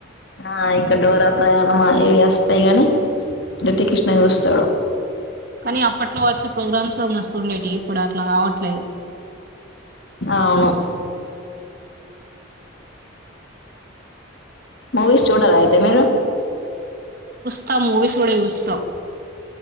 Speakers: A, on the left; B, on the right.
A: ఆ ఇంకా డోరా ప్రయాణమా ఈ వస్తాయి గాని లిటిల్ కృష్ణ చూస్తాడు
B: కానీ అప్పట్లో వచ్చే ప్రోగ్రామ్స్ మస్తు ఉండేటివి ఇప్పుడు అట్లా కావట్లేదు
A: అవును మూవీస్ చూడరా అయితే మీరు
B: త మూవీస్ కూడా చూస్తాం